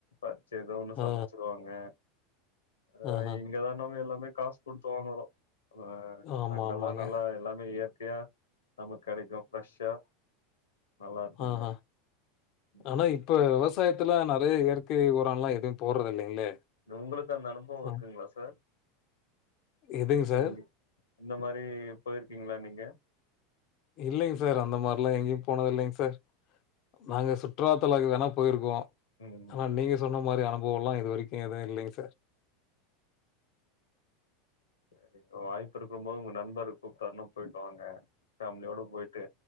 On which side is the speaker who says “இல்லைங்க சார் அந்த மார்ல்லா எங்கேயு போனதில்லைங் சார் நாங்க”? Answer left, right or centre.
Left